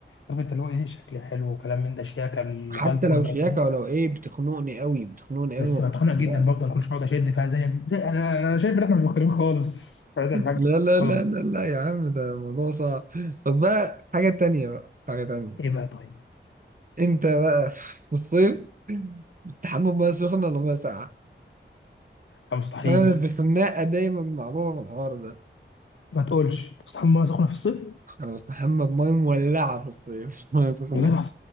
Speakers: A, on the left (about 80°); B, on the right (about 45°).
A: عارف انت اللي هو ايه شكلي حلو وكلام من ده شياكه الهاي
B: حتى
A: كول
B: لو
A: بقى
B: شياكه
A: وكده.
B: ولو ايه بتخنقني قوي بتخنقني قوي
A: بس
B: ما
A: بتخانق جدا
B: بحبهاش.
A: بفضل كل شويه اقعد اشد فيها زيك زي انا انا شايف ان احنا مش مختلفين خالص فده حاجه
B: لا لا
A: خالص
B: لا لا لا يا عم ده موضوع صعب طب بقى حاجه تانية بقى حاجه تانية
A: ايه بقى طيب
B: انت بقى <laughs> في الصيف بتستحمى بميه سخنه ولا ميه ساقعه؟
A: لا مستحيل
B: عشان انا في خناقه دايما مع بابا في الحوار ده
A: ما تقولش أنت بتصحى من ميه سخنه في الصيف
B: انا بستحمى بميه مولعه في الصيف <laughs> ميه سخنه
A: يا جدع